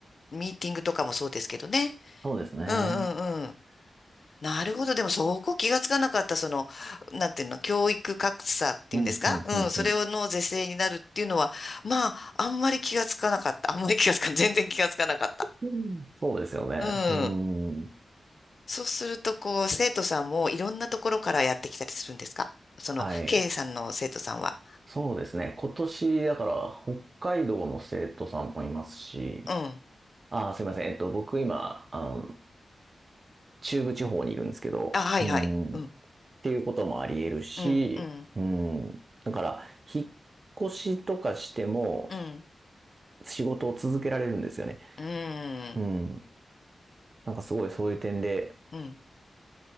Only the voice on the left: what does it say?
ミーティングとかもそうですけどね。
うん、うん、うん。なるほど。でもそこ気がつかなかった、その、なんていうの、教育格差っていうんですかうん、
それをの是正になるっていうのは、まあ、あんまり気がつかなかった。あんまり気がつか、全然気がつかなかった。
うん。
そうすると、こう、生徒さんもいろんなところからやってきたりするんですかその、
K さんの生徒さんは。
うん。
あ、はいはい。
うん。
うん、うん、
うん、
うん、
うん。